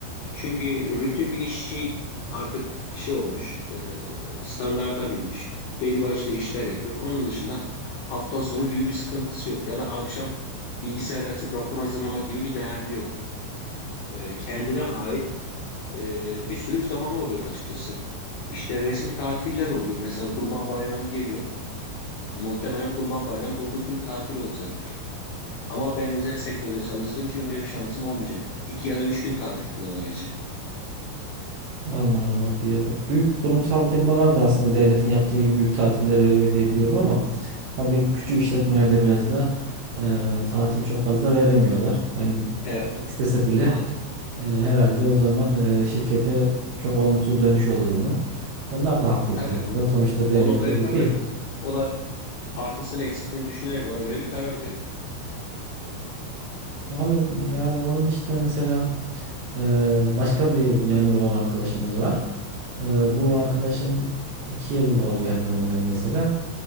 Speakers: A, on the left (about 85°); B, on the right (about 85°).
A: Çünkü rutin bir işi artık şey olmuş, e, standarta binmiş. Belli başlı işler yapıyor. Onun dışında hafta sonu gibi bir sıkıntısı yok. Ya da akşam bilgisayarı açıp rapor hazırlamak gibi bir derdi yok. E, kendine ait e, bir sürü zamanı oluyor açıkçası. İşte resmi tatiller oluyor. Mesela Kurban Bayramı geliyor. Muhtemelen Kurban Bayramı 9 gün tatil olacaktır. Ama ben özel sektörde çalıştığım için öyle bir şansım olmayacak. 2 ya da 3 gün tatil kullanabileceğim.
B: Anladım abi. Ya bu- Büyük kurumsal firmalar da aslında devletin yaptığı gibi büyük tatiller veriyor diye biliyorum ama tabii küçük işletmelerde biraz da e, tatil çok fazla veremiyorlar. Yani
A: Evet,
B: istese bile
A: maalesef.
B: e, herhalde o zaman e, şirkete çok olumsuz dönüşü olur bunun. Onlar da haklı
A: Tabii
B: bir taraftan.
A: o,
B: Sonuçta devletle
A: onu e,
B: bir
A: tabii,
B: değil.
A: tabii o da artısını eksisini düşünerek ona göre bir karar veriyor.
B: Abi yani onun dışında mesela Ee, başka bir memur olan arkadaşımız var. Ee, bu
A: Hı hı.
B: arkadaşın iki yıl oluyor hemen hemen mesela.